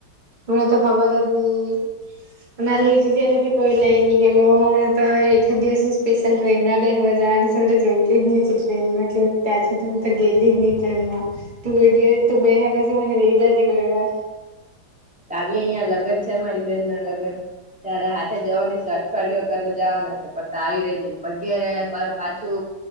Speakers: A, on the right (about 20°); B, in the centre.
A: મને તો ખબર જ ની મારે અત્યાર સુધી કોઈ લઇ ની ગેલો ત એખાદ દિવસે સ્પેશલ ટ્રેનમાં બેહવા જ વાની શે ત જોયલી જ ની છે ટ્રેનમાં કેવુંક તા શે ત ગેલી જ ની ટ્રેનમાં તુ એ દિવસ દીવ બેહે પસી હું લેઇ જાજે કોઈ વાર
B: તારી અહિયાં લગન છે મારી બેનના લગન ત્યારે હાથે જવાની છે અઠવાડિયા કરને જવાના છે પતા આવઈ રે છે અગિયારે પણ પછુ